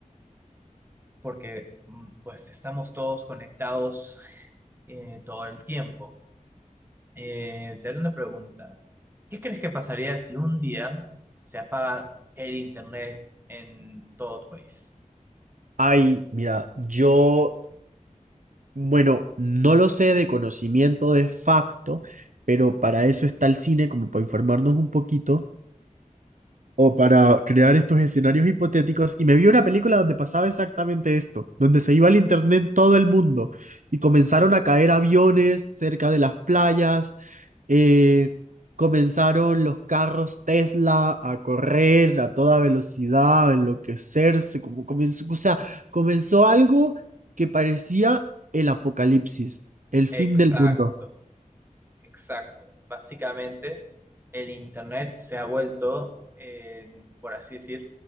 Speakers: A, on the right; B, on the right.
A: porque mm, pues estamos todos conectados eh, todo el tiempo. Eh, te haré una pregunta. ¿Qué crees que pasaría si un día se apaga el internet en todo tu país?
B: Ay, mira, yo Bueno, no lo sé de conocimiento de facto, pero para eso está el cine, como para informarnos un poquito o para crear estos escenarios hipotéticos. Y me vi una película donde pasaba exactamente esto, donde se iba al internet en todo el mundo y comenzaron a caer aviones cerca de las playas eh, comenzaron los carros Tesla a correr a toda velocidad, a enloquecerse, como comenzó, o sea, comenzó algo que parecía el apocalipsis, el fin
A: Exacto,
B: del mundo.
A: exacto. Básicamente, el internet se ha vuelto, eh, por así decir,